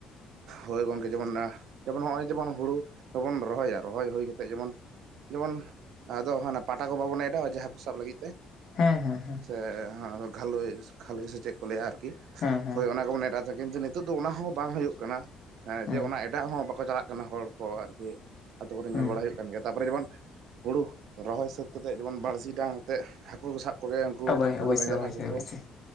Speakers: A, on the right; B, on the left.
A: ᱦᱳᱭ ᱜᱚᱝᱠᱮ ᱡᱮᱢᱚᱱ ᱟ ᱡᱮᱢᱚᱱ ᱦᱚᱸᱜᱼᱚᱭ ᱡᱮᱢᱚᱱ ᱦᱩᱲᱩ ᱫᱚᱵᱚᱱ ᱨᱚᱦᱚᱭᱟ ᱨᱚᱦᱚᱭ ᱦᱩᱭ ᱠᱟᱛᱮᱜ ᱡᱮᱢᱚᱱ ᱡᱮᱢᱚᱱ ᱟᱫᱚ ᱦᱟᱱᱟ ᱯᱟᱴᱟ ᱠᱚ ᱵᱟᱵᱚᱱ ᱮᱰᱟᱣᱟ ᱡᱟᱦᱟᱸ ᱦᱟᱹᱠᱩ ᱥᱟᱵ ᱞᱟᱹᱜᱤᱫ ᱛᱮ᱾
B: ᱦᱮᱸ ᱦᱮᱸ ᱦᱮᱸ
A: ᱮ ᱜᱷᱟᱹᱞᱳᱭ ᱜᱷᱟᱹᱞᱳᱟᱹᱭ ᱥᱮ ᱪᱮᱫ ᱠᱚ ᱞᱟᱹᱭᱟ ᱟᱨᱠᱤ
B: ᱦᱮᱸ ᱦᱮᱸ
A: ᱦᱳᱭ ᱚᱱᱟ ᱠᱚ ᱵᱚᱱ ᱮᱰᱟ ᱪᱟ ᱠᱤᱱᱛᱩ ᱱᱤᱛᱚᱜ ᱫᱚ ᱚᱱᱟ ᱦᱚᱸ ᱵᱟᱝ ᱦᱩᱭᱩᱜ ᱠᱟᱱᱟ,
B: ᱦᱩᱸ
A: ᱡᱮ ᱚᱱᱟ ᱮᱰᱟᱜ ᱦᱚᱸ ᱵᱟᱠᱚ ᱪᱟᱞᱟᱜ ᱠᱟᱱᱟ ᱦᱚᱲ ᱠᱚ ᱟᱨᱠᱤ᱾ ᱟᱛᱳ ᱠᱚᱨᱮ
B: ᱦᱩᱸ
A: ᱧᱮᱞ ᱵᱟᱲᱟ ᱦᱩᱭᱩᱜ ᱠᱟᱱ ᱜᱮᱭᱟ ᱛᱟᱯᱚᱨᱮ ᱡᱮᱢᱚᱱ ᱦᱩᱲᱩ ᱨᱚᱦᱚᱭ ᱥᱟᱹᱛ ᱠᱟᱛᱮᱜ ᱡᱮᱢᱚᱱ ᱵᱟᱹᱲᱥᱤ ᱰᱟᱝ ᱟᱛᱮᱜ ᱦᱟᱹᱠᱩ ᱥᱟᱵ ᱠᱚᱜᱮ ᱩᱝᱠᱩ
B: ᱚᱵᱚᱭ
A: ᱡᱟᱦᱟᱸ
B: ᱚᱵᱚᱥᱥᱳᱭ
A: ᱫᱚ ᱞᱮᱧᱡᱽᱨᱟ
B: ᱚᱵᱚᱥᱥᱳᱭ
A: ᱦᱟᱹᱠᱩ
B: ᱚᱵᱚᱥᱥᱳᱭ
A: ᱠᱚ